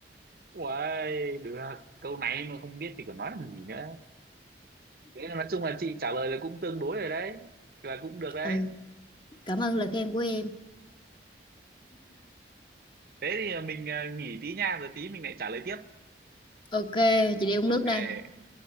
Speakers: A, on the right (about 55°); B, on the left (about 25°).
A: Uầy, được câu này mà không biết thì còn nói làm gì nữa thế là nói chung là chị trả lời là cũng tương đối rồi đấy là cũng được đấy
B: ừ cảm ơn lời khen của em
A: thế thì mình à, nghỉ tí nha rồi tí mình lại trả lời tiếp
B: ok chị đi uống
A: ok
B: nước đây